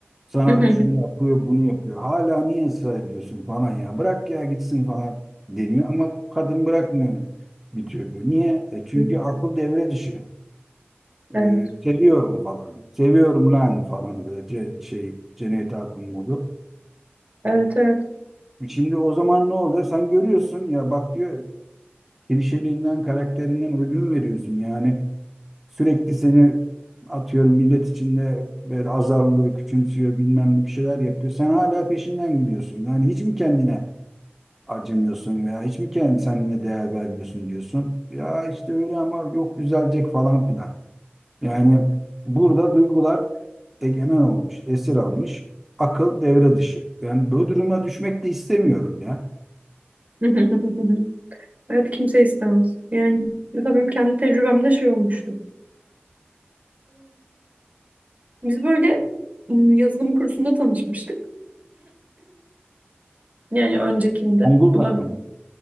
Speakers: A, in the centre; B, on the right.
A: Sana
B: Hı hı
A: şunu yapıyor, bunu yapıyor. Hala niye ısrar ediyorsun falan ya. Bırak ya gitsin falan deniyor ama kadın bırakmıyor bir türlü. Niye? E, çünkü
B: hı.
A: akıl devre dışı.
B: Evet,
A: E, seviyorum falan. Seviyorum lan falan böyle ce- şey Cennet Akın modu.
B: evet, evet.
A: Şimdi o zaman ne oluyor? Sen görüyorsun ya bak diyor klişeliğinden, karakterinden ödün veriyorsun. Yani sürekli seni atıyorum millet içinde böyle azarlıyor, küçümsüyor, bilmem ne bir şeyler yapıyor. Sen hala peşinden gidiyorsun. Yani hiç mi kendine acımıyorsun veya hiç mi kendine kendine değer vermiyorsun diyorsun. Ya işte öyle ama yok düzelecek falan filan. Yani burada duygular egemen olmuş, esir almış. Akıl devre dışı. Ben bu duruma düşmek de istemiyorum ya.
B: <laughs> Evet, kimse istemez. Yani mesela benim kendi tecrübemde şey olmuştu. Biz böyle m, yazılım kursunda tanışmıştık. Yani öncekinde.
A: Zonguldak'ta
B: Buna
A: mı?